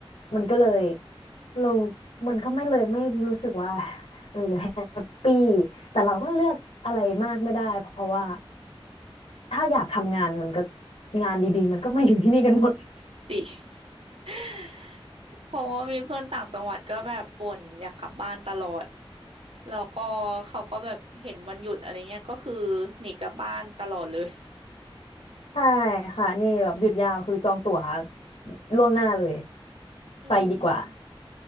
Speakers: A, on the left; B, on the right.
A: มันก็เลยเรามันก็ไม่เลยไม่รู้สึกว่าเออแฮปปี้แต่เราก็เลือกอะไรมากไม่ได้เพราะว่าถ้าอยากทำงานมันก็งานดีๆมันก็มาอยู่ที่นี่กันหมด <laughs>
B: จริง <laughs> เพราะว่ามีเพื่อนต่างจังหวัดก็แบบบ่นอยากกลับบ้านตลอดแล้วก็เขาก็แบบเห็นวันหยุดอะไรเงี้ยก็คือหนีกลับบ้านตลอดเลย
A: ใช่ค่ะนี่แบบหยุดยาวคือจองตั๋วล่วงหน้าเลย
B: <laughs> อืม
A: ไปดีกว่า